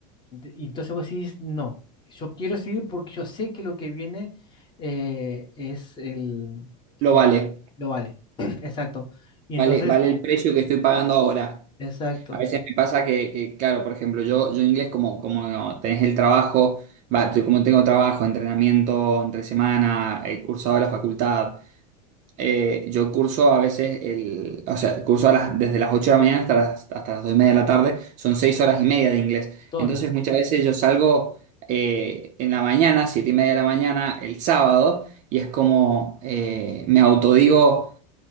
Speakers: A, on the left; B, on the right.
A: De- Y entonces vos decís, no, yo quiero seguir porque yo sé que lo que viene eh, es el,
B: Lo
A: el-
B: vale,
A: Lo vale. <clears throat> Exacto. Y
B: vale,
A: entonces,
B: vale el precio que estoy pagando ahora.
A: exacto,
B: A veces me pasa que, que, claro, por ejemplo, yo, yo inglés como, como no, tenés el trabajo, va, yo como tengo trabajo, entrenamiento entre semana, el cursado de la facultad. Eh, yo curso a veces, el, o sea, curso a las- desde las 8 de la mañana hasta las, hasta las 2 y media de la tarde, son 6 horas y media de inglés.
A: ton.
B: Entonces muchas veces yo salgo eh, en la mañana, 7 y media de la mañana, el sábado, y es como eh, me autodigo,